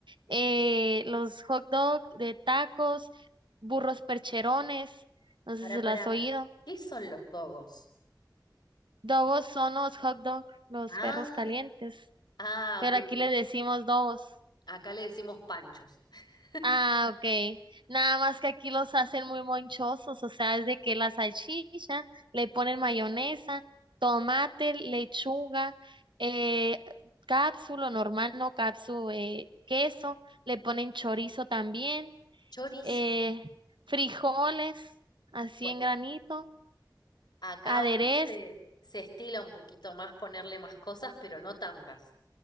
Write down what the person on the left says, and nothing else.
Pará,
pará.
¿Qué son los dogos?
Ah,
ah,
ok.
Acá le decimos panchos. <laughs>
Chorizo.
Bueno,
acá
ahora se, se estila un poquito más ponerle más cosas, pero no tantas.